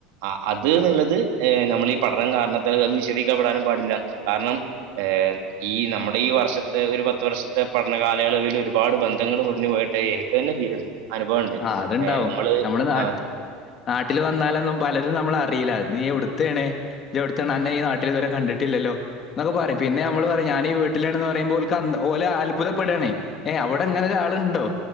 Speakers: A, on the right; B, on the left.
A: ആഹ് അത് ന്നുള്ളത് എഹ് നമ്മൾ ഈ പഠനം കാരണത്തല് അത് വിശദിക്കപ്പെടാനും പാടില്ല കാരണം ഏഹ് ഈ നമ്മുടെ ഈ വർഷത്തെ ഒരു പത്ത് വർഷ പഠന കാലയളവിൽ ഒരുപാട് ബന്ധങ്ങൾ മുറിഞ് പോയിട്ടായി എനിക്ക് തന്നെ ഫീല്ണ്ട് അനുഭവണ്ട്
B: ആ അതുണ്ടാവും
A: ഏ നമ്മള്
B: നമ്മുടെ നാട്ട്
A: ആ
B: നാട്ടിൽ വന്നാലൊന്നും പലരും നമ്മള അറീല്ല നീ എവിട്തേണ് ജ്ജ് എവിടത്തെണ് അന്നെ ഈ നാട്ടിൽ ഇതുവരെ കണ്ടിട്ടില്ലല്ലോ എന്നൊക്കെ പറയും പിന്നെ നമ്മൾ പറയും ഞാനീ വീട്ടിലാണ്ന്ന് പറയുമ്പോൾ ഓല്ക്ക് ഓല് അത്ഭുതപ്പെടയണേ ഏയ് അവിടെങ്ങനെ ഒരാളുണ്ടോ